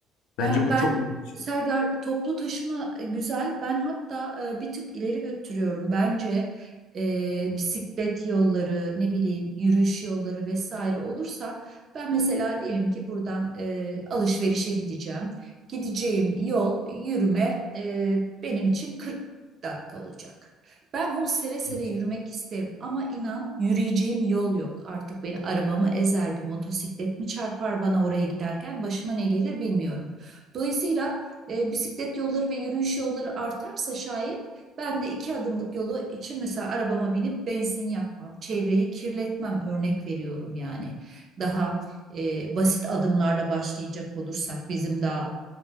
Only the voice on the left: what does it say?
Bence bu
çok büyük bir şey.
Evet.